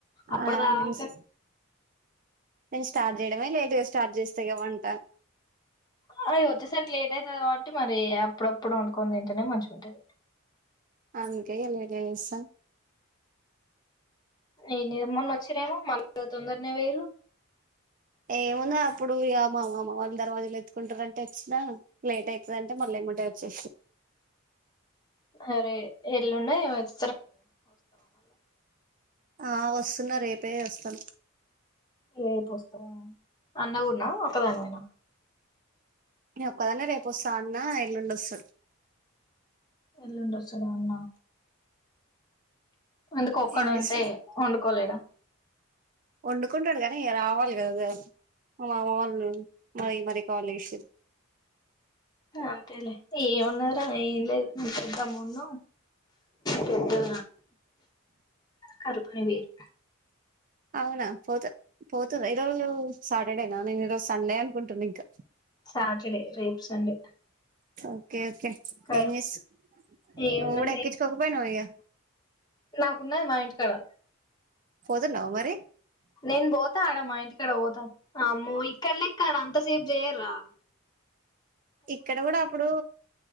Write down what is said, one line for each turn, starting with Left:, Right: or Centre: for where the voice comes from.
Left: అప్పటి
Right: ఆ
Left: దాకా
Right: మీన్స్ నేను స్టార్ట్ చేయడమే లేట్గా స్టార్ట్ చేస్త ఇక వంట
Left: అవి వచ్చేసరికి లేట్ అవుతది కాబట్టి మరి అప్పుడప్పుడు వండుకొని తింటేనే మంచిగా ఉంటది
Right: అందకల గస <unintelligible>
Left: ఈమొన్న వచ్చిరేమో మళ్ళ తొందరనే పోయిర్రు
Right: ఏముంద అప్పుడు ఇ మామ వాళ్ళు దర్వాజులు ఎత్తుకుంటారుంటే వచ్చినా లేట్ అవుతుందింటే మళ్ళీ ఏమంట సేే
Left: అరే ఎల్లున్నా ఎవత్
Right: ఆ వస్తున్న రేపే వస్తాను
Left: ఏపు వస్తావా అన్నగున్నా ఒకదానిమేనా
Right: అదన్న రేపు వస్త అన్న ఎల్లుండ వస్తు
Left: ఎలు ఉంట సడన్నా అందుకు ఒక్కడు
Right: ఏం చేస్తాడు
Left: ఉంటే వండుకోలేడా
Right: వండుకుంటాడు కనీ ఇ రావాలి కదా వాళ్ళు మరి మరి కావాల విష
Left: అంతేలే ఏమున్నార ఏం లేదుే పెద్దాం మన్న ద్ద కరుపని వేరు
Right: అవునా పోత పోతుంది ఈరోజు సాటర్డేనా నేను ఈరోజు సండే అనుకుంటును ఇంకా
Left: సాటర్డే రేపు సండే
Right: ఓకే ఓకే
Left: క
Right: ఏం చేస్తు
Left: ఏన్నా
Right: నువ్వు కూడా ఎక్కించుకోకపోయినావు ఇగ
Left: నా ఉన్నది మా ఇంటికాడ
Right: పోతున్నావా మరి
Left: నేను బ ాడమ్మా ఇంటికడ పోతా అమ్మో ఇక్కడలే ఎక్కడ అంత సేపు చేయరు్రా
Right: ఇక్కడ కూడా అప్పుడు